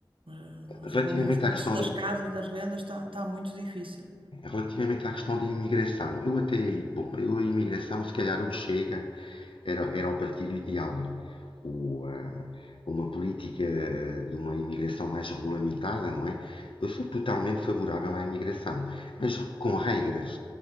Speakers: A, on the right (about 85°); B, on the left (about 85°).
A: Eh,
B: relativamente
A: Os valores, os preços
B: à questão
A: das
B: da,
A: casas, das rendas, está, está muito difícil.
B: relativamente à questão da imigração, eu até, bom, eu a imigração, se calhar o Chega era, era o partido ideal. O, ah, uma política de uma imigração mais regulamentada, não é? Eu sou totalmente favorável à imigração, mas com regras.